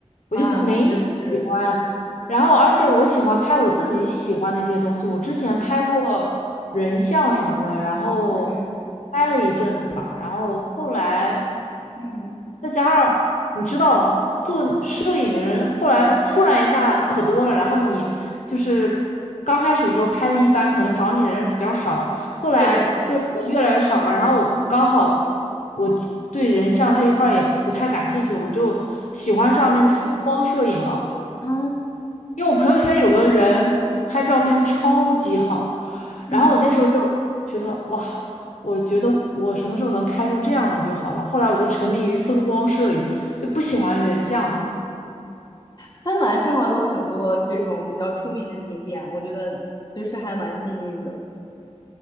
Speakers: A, on the left (about 85°); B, on the left (about 35°).
A: 我就没那么喜欢。
B: 啊，那确实，
A: 然后，而且我喜欢拍我自己喜欢的一些东西。我之前拍过人像什么的，然后
B: 嗯
A: 拍了一阵子吧，然后后来。
B: 嗯，
A: 再加上你知道，做摄影的人后来突然一下可多了，然后你就是刚开始的时候拍的一般，可能找你的人比较少，后来就人越来越少了。
B: 对，
A: 然后我刚好我对人像这一块儿也不太感兴趣，我就喜欢上那个风光摄影了。
B: 嗯啊，
A: 因为我朋友圈有个人拍照片超级好，
B: 嗯
A: 然后我那时候就觉得哇，我觉得我什么时候能拍出这样的就好了。后来我就沉迷于风光摄影，就不喜欢人像了。
B: 嗯，芬兰正好有很多这种比较出名的景点，我觉得就是还蛮幸运的。